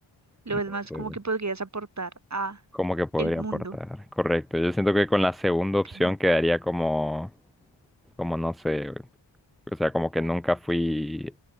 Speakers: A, on the right (about 35°); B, in the centre.
A: Lo
B: Entonces,
A: es más como que podrías aportar a
B: Cómo que podría
A: el mundo.
B: aportar. Correcto. Yo siento que con la segunda
A: Ok.
B: opción quedaría como, como no sé, o sea, como que nunca fui